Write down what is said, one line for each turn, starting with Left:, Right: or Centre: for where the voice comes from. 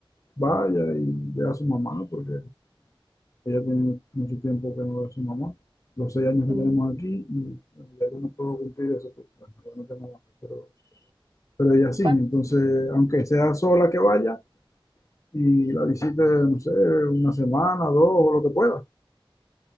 Left: vaya y vea a su mamá, porque Ella tiene mucho tiempo que no ve a su mamá. Los seis años
Right: sí.
Left: que
Right: Mm,
Left: tenemos aquí y ya yo no puedo cumplir eso porque bueno, ya no tengo mamá. Pero, pero ella sí,
Right: ¿cuán-
Left: entonces, aunque sea sola que vaya y la visite, no sé, una semana, dos o lo que pueda.